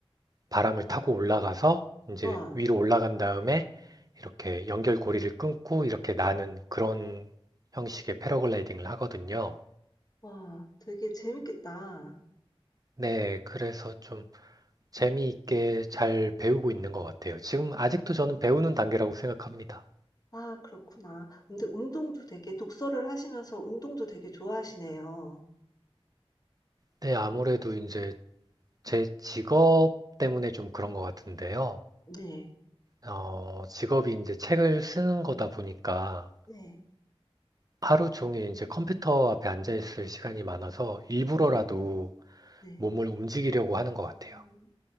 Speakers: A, on the right; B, on the left.
A: 바람을 타고 올라가서 이제
B: 와.
A: 위로 올라간 다음에 이렇게 연결고리를 끊고 이렇게 나는 그런 형식의 패러글라이딩을 하거든요.
B: 와 되게 재밌겠다.
A: 네, 그래서 좀 재미있게 잘 배우고 있는 것 같아요. 지금 아직도 저는 배우는 단계라고 생각합니다.
B: 아 그렇구나. 근데 운동도 되게 독서를 하시면서 운동도 되게 좋아하시네요.
A: 네, 아무래도 이제 제 직업 때문에 좀 그런 것 같은데요.
B: 네.
A: 어, 직업이 이제 책을 쓰는 거다 보니까
B: 네.
A: 하루 종일 이제 컴퓨터 앞에 앉아 있을 시간이 많아서 일부러라도
B: 네. 네.
A: 몸을 움직이려고 하는 것 같아요.
B: 음.